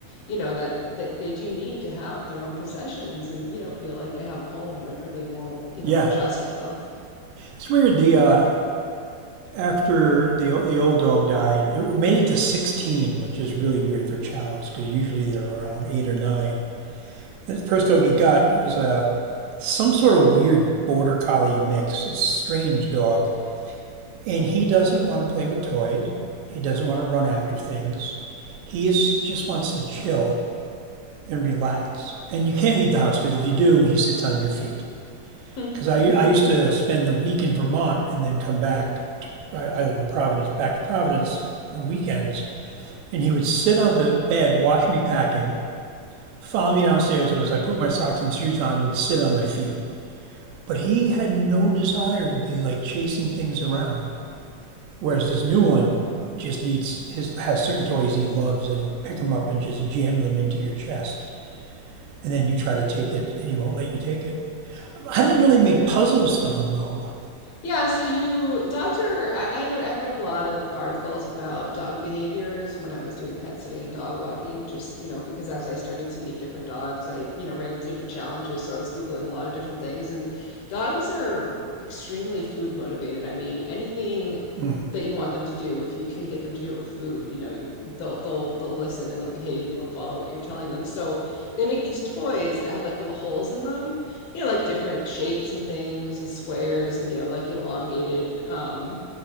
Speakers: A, on the left; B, on the right.
A: you know, that, that they do need to have their own possessions and, you know, feel like they have a home or, or they won't, you know,
B: Yeah.
A: adjust well.
B: It's weird. The uh, after the the old dog died, it made it to 16, which is really weird for chows because usually they're around eight or nine. The first dog he got was uh, some sort of weird border collie mix. It's a strange dog. And he doesn't want to play with toys. He doesn't want to run after things. He is, just wants to chill and relax. And you can't leave the house because if you do, he sits on your feet.
A: <laughs>
B: Because I, I used to spend the week in Vermont and then come back. To, I, I live in Providence, back to Providence on weekends. And he would sit on the bed, watch me packing, follow me downstairs, and as I put my socks and shoes on, would sit on my feet But he had no desire to be like chasing things around. Whereas this new one just needs his has certain toys he loves and he will pick them up and just jam them into your chest, and then you try to take it and he won't let you take it. I didn't know they made puzzles for them though.
A: Yeah, so you dogs are I, I read I read a lot of articles about dog behaviors when I was doing pet sitting and dog walking, just, you know, because as I started to meet different dogs, I, you know, ran into different challenges, so I was Googling a lot of different things and dogs are extremely food motivated. I mean, anything
B: Hmm.
A: that you want them to do, if you can get them to do it with food, you know, you're they'll they'll they'll listen and they'll behave and they'll follow what you're telling them. So they make these toys that have like little holes in them you know, like different shapes and things and squares and, you know, like elongated um,